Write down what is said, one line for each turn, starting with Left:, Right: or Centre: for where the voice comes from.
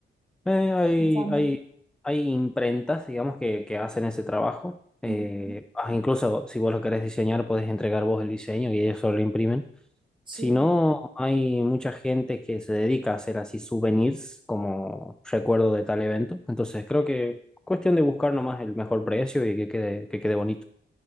Centre: Eh, hay,
Right: está pensando.
Centre: hay, hay imprentas, digamos, que, que hacen ese trabajo. Eh,
Right: Ujú.
Centre: ah, incluso si vos lo querés diseñar, podés entregar vos el diseño y ellos solo lo imprimen.
Right: Sí,
Centre: Si no, hay mucha gente que se dedica a hacer así souvenirs como recuerdo de tal evento. Entonces creo que cuestión de buscar nomás el mejor precio y que quede, que quede bonito.